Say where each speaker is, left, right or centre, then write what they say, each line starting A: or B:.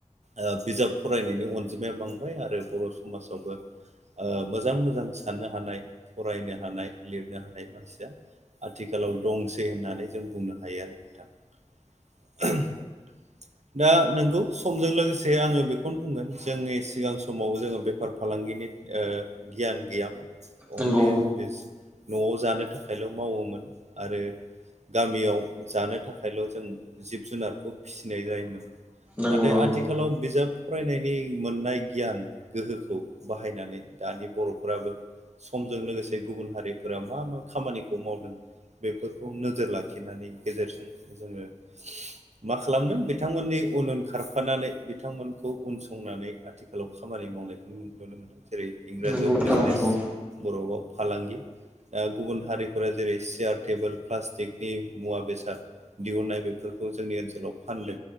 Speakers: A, on the right; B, on the right.
A: ओ बिजाब फरायनायनि अनजिमाया बांबाय आरो बर' समाजावबो। ओ मोजां मोजां साननो हानाय फरायनो हानाय लिरनो हानाय मानसिया। आथिखालाव दंसै होननानै जों बुंनो हायो आरो नोंथां। <inaudible> दा नोंगौ समजों लोगोसे आङो बेखौनो बुंगोन जोंनि सिगां समाव जोङो बेफार फालांगिनि। ओ गियान गैयामोन अनलिबिस।
B: नंगौ
A: न'आव जानो थाखायल' मावोमोन आरो। गामियाव जानो थाखायल' जों जिब- जुनारखौ फिसिनाय जायोमोन।
B: नंगौ
A: नाथाय
B: नंगौ
A: आथिखालाव बिजाब फरायनायनि मोनानाय गियान गोहोखौ बाहाय माने दानि बर'फ्राराबो। समजों लोगोसे गुबुन हारिफोरा मा मा खामानिखौ मावदों। बेफोरखौ नोजोर लाखिनायनि गेजेरजों जोङो। मा खालामदों बिथांमोनि उन उन खारफानानै बिथांमोनखौ उनसंनानै आथिखालाव खामानि मावनायखौ नुनो मोनदों। जेरै इंराजियाव
B: नंगौ नोंथां
A: बिजनेस
B: नंगौ
A: बर'आव फालांगि। ओ गुबुन हारिफोरा जेरै सियार टेबोल प्लास्टिकनि मुवा बेसाद। दिहुननाय बेफोरखौ जोंनि ओनसोलाव फानदों